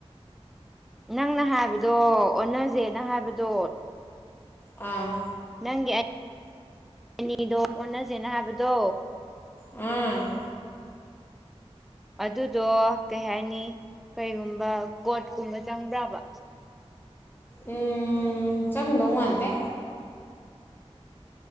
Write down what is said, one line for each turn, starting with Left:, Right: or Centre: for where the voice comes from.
Centre: ꯅꯪꯅ ꯍꯥꯏꯕꯗꯣ ꯑꯣꯟꯅꯖꯦꯅ ꯍꯥꯏꯕꯗꯣ
Left: ꯑ
Centre: ꯅꯪꯒꯤ ꯑꯅꯤꯗꯣ ꯑꯣꯟꯅꯖꯦꯅ ꯍꯥꯏꯕꯗꯣ
Left: ꯎꯝ
Centre: ꯑꯗꯨꯗꯣ ꯀꯩ ꯍꯥꯏꯅꯤ ꯀꯩꯒꯨꯝꯕ ꯀꯣꯔꯠꯀꯨꯝꯕ ꯆꯪꯕ꯭ꯔꯥꯕ
Left: ꯎꯝ ꯆꯪꯗꯧ ꯃꯥꯟꯗꯦ